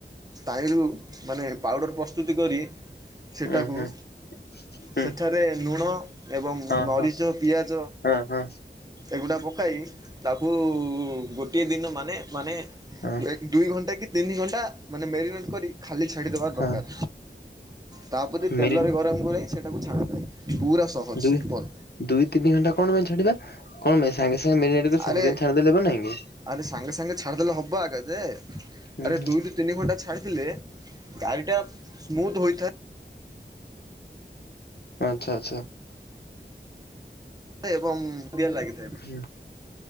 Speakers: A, on the right; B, on the left.
A: ତାଇଲରୁ ମାନେ ପାଉଡ଼ର ପ୍ରସ୍ତୁତି କରି ସେଟାକୁ
B: ଉଁ ହୁଁ ହୁଁ।
A: ସେଠାରେ ଲୁଣ ଏବଂ
B: ହଁ
A: ନରିଚ
B: ହଁ
A: ପିଆଜ
B: ହଁ ହଁ
A: ଏଗୁଡ଼ା ପକାଇ ତାକୁ ଗୋଟିଏ ଦିନ ମାନେ ମାନେ ଏ
B: ହଁ
A: ଦୁଇ ଘଣ୍ଟା କି ତିନି ଘଣ୍ଟା ମାନେ ମ୍ୟାରିନେଟ୍ କରି ଖାଲି ଛାଡ଼ିଦବା ଦରକାର
B: ହଁ
A: ତାପରେ
B: ମେରି
A: ତେଲରେ ଗରମ କରାଇ ସେଇଟାକୁ ଛାଡ଼ାଯାଏ। ପୁରା ସହଜ
B: ଦୁଇ
A: ସିମ୍ପଲ
B: ଦୁଇ ତିନି ଘଣ୍ଟା କଣ ପାଇଁ ଛାଡିବା କଣ ପାଇଁ ସାଙ୍ଗେ ସାଙ୍ଗେ ମ୍ୟାରିନେଟ କରିକି ସାଙ୍ଗେ
A: ଆରେ
B: ସାଙ୍ଗେ ଛାଡ଼ିଦେଲେ ହବ ନାଇଁ କି?
A: ଆରେ ସାଙ୍ଗେ ସାଙ୍ଗେ ଛାଡ଼ିଦେଲେ ହବ ଆଗ ଯେ
B: ହୁଁ
A: ଆରେ
B: ହୁଁ
A: ଦୁଇ ତିନି ଘଣ୍ଟା ଛାଡ଼ିଥିଲେ ଗାଡ଼ିଟା ସ୍ମୁଥ୍ ହୋଇଥାଏ
B: ଆଚ୍ଛା ଆଚ୍ଛା।
A: ଏବଂ ବଢିଆ ଲାଗେ।
B: ହୁଁ।